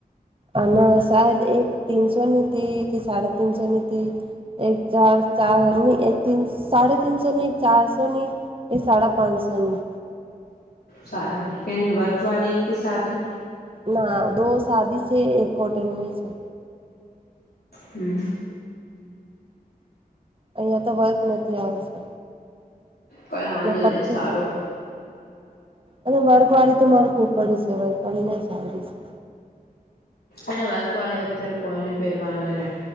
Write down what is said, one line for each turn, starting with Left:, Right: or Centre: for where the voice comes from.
Right: અને ના શાયદ એક તીનસોની તથી કે સાડે તનસોની તથી એક ચાર ચાર ની એકન સાડ તનસો ની ચારસો ની એ સાડા પાંચસો ની
Left: સાર કેને વર્ક વાે કે સાથી
Right: ના દ શદી છે એક કોટન મે છે
Left: હમ
Right: અહીંયા તો વર્ક નથી આવશે
Left: કઈ વાંધો
Right: પ્ટી
Left: નહી સારો
Right: છે અને વર્કવાળી તો મારે ઉપડી છે વર્ગવાળીને સારી છે
Left: અને વર્ક વાળી અત્યારે કોઈને પહેરવાનું એને